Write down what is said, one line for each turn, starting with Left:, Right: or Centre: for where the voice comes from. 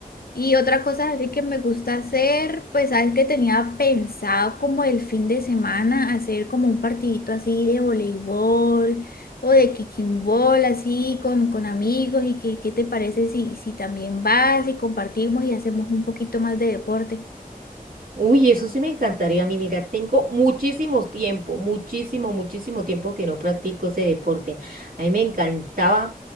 Left: y, y otra cosa así que me gusta hacer, pues sabes que tenía pensado como el fin de semana hacer como un partidito así de voleibol o de kicking ball así con, con amigos. ¿Y que- qué te parece si, si también vas y compartimos y hacemos un poquito más de deporte?
Right: Uy, eso sí me encantaría a mí. Mira, tengo muchísimo tiempo, muchísimo, muchísimo tiempo que no practico ese deporte. A mí me encantaba